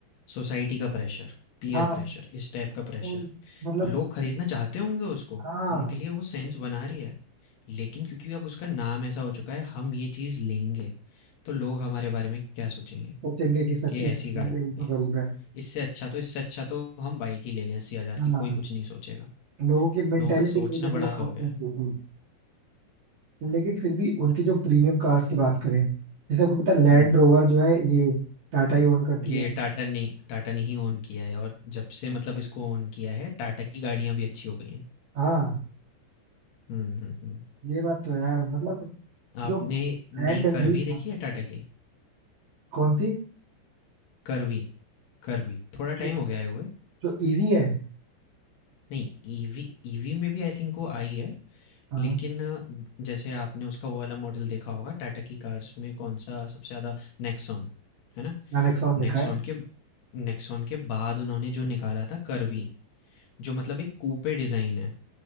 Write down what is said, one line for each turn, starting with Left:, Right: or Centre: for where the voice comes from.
Left: सोसाइटी का प्रेशर पीयर
Right: हाँ
Left: प्रेशर इस टाइप का प्रेशर
Right: वो मतलब
Left: लोग खरीदना चाहते होंगे उसको
Right: हाँ
Left: उनके लिए वो सेंस बना रही है लेकिन क्योंकि अब उसका नाम ऐसा हो चुका है हम ये चीज़ लेंगे तो लोग हमारे बारे में क्या सोचेंगे
Right: सोचेंगे कि सस्ती
Left: कि ऐसी
Right: खा
Left: गाड़ी
Right: रही है, उनको
Left: है
Right: गरीब है
Left: इससे अच्छा तो इससे अच्छा तो हम बाइक ही ले लें अस्सी हज़ार
Right: हाँ
Left: की कोई कुछ नहीं सोचेगा
Right: लोगों की मेंटेलिटी
Left: लोगों का सोचना
Right: की वजह से
Left: बड़ा
Right: वो
Left: हो
Right: खाते
Left: गया
Right: हैं
Left: है।
Right: लेकिन फिर भी उनकी जो प्रीमियम कार्स की बात करें जैसे आपको पता है लैंड
Left: हम्म
Right: रोवर जो है ये टाटा ही ओन करती
Left: ये
Right: है
Left: टाटा ने टाटा ने ही ओन किया है और जब से मतलब इसको ओन किया है टाटा की गाड़ियां भी अच्छी हो गई हैं
Right: हाँ
Left: हम्म हम्म हम्म
Right: ये बात तो है यार मतलब
Left: आपने
Right: जो ब्रांड
Left: नई
Right: है,
Left: करवी
Right: मतलब
Left: देखी है टाटा की
Right: कौन सी
Left: करवी करवी थोड़ा
Right: जो
Left: टाइम हो गया है हुए
Right: जो ईवी है
Left: नहीं ईवी ईवी में भी आई थिंक वो आई है
Right: हाँ
Left: लेकिन अ, जैसे आपने उसका वो वाला मॉडल देखा होगा टाटा की कार्स में कौन सा सबसे ज़्यादा नेक्सॉन है ना
Right: मैंने Nexon देखा
Left: नेक्सॉन
Right: है
Left: के नेक्सॉन के बाद उन्होंने जो निकाला था करवी जो मतलब एक कूपे डिज़ाइन है